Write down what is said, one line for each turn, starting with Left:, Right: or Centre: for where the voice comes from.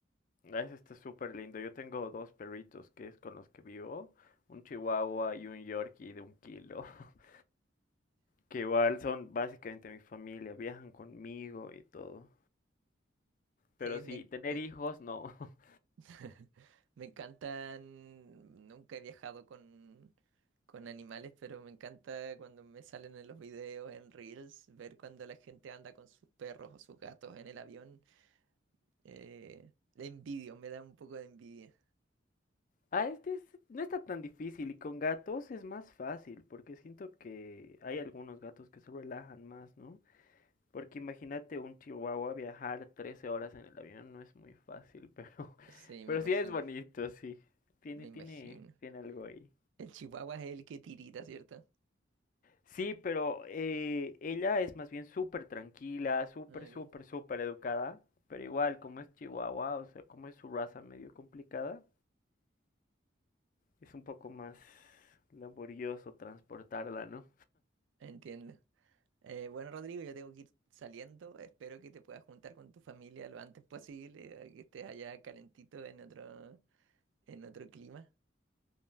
Left: Ah, Eso está súper lindo. Yo tengo dos perritos que es con los que vivo. Un chihuahua y un yorkie de un kilo. <laughs> Que igual son básicamente mi familia. Viajan conmigo y todo.
Right: Eh,
Left: Pero sí,
Right: me,
Left: tener
Right: em-
Left: hijos no. <laughs>
Right: <laughs> me encantan, nunca he viajado con... con animales, pero me encanta cuando me salen en los videos, en Reels, ver cuando la gente anda con sus perros o sus gatos en el avión. Eh, la envidio, me da un poco de envidia.
Left: Ah, este es- no está tan difícil. Y con gatos es más fácil. Porque siento que hay algunos gatos que se relajan más, ¿no? Porque imagínate un chihuahua viajar 13 horas en el avión, no es muy fácil, pero, <laughs>
Right: Sí, me
Left: pero
Right: imagino,
Left: sí es bonito, sí. Tiene,
Right: me
Left: tiene,
Right: imagino.
Left: tiene algo ahí.
Right: El chihuahua es el que tirita, ¿cierto?
Left: Sí, pero eh, ella es más bien súper tranquila, súper,
Right: Ah, Ok,
Left: súper, súper educada, pero igual, como es chihuahua, o sea, como es su raza medio complicada, es un poco más laborioso transportarla, ¿no?
Right: entiendo. Eh, bueno, Rodrigo, yo tengo que ir saliendo. Espero que te puedas juntar con tu familia lo antes posible, a que estés allá calentito en otro, en otro clima.